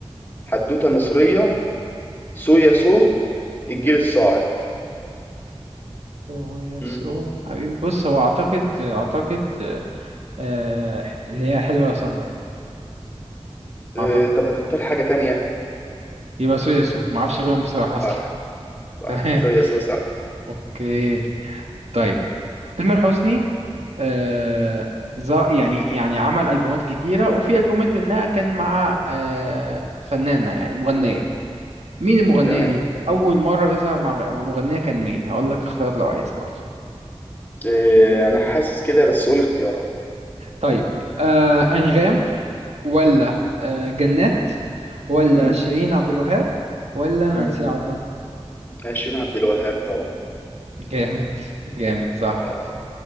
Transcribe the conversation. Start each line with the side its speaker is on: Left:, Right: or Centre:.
Left: حدوتة مصرية سويا سو الجيل الصاعد
Right: سو يا
Left: مم.
Right: سو حبيبي بص هو اعتقد اعتقد آه، اللي هي حلوة يا سمرة
Left: آه،
Right: اعتقد
Left: طب ما تختار حاجة تانية
Right: يبقى سويسو ما اعرفش غيرهم بصراحه اصلا
Left: صح
Right: <laughs>
Left: صح
Right: تمام
Left: سويا سو صح
Right: اوكي طيب تامر حسني آه ز- يعني يعني عمل البومات كتيره وفي البومات منها كان مع آه فنانه يعني مغنيه
Left: مم.
Right: مين المغنيه
Left: تمام
Right: دي اول مره يظهر مع غ- مغنيه كان مين هقول لك اختيارات لو عايز برضه
Left: آه، أنا حاسس كده بس قول اختيارات
Right: طيب آه انغام ولا آه جنات ولا
Left: مم.
Right: شيرين عبد الوهاب ولا
Left: مم.
Right: نانسي عجرم
Left: عشرين عبد الوهاب طبعا
Right: جامد جامد صح
Left: آه،
Right: صح.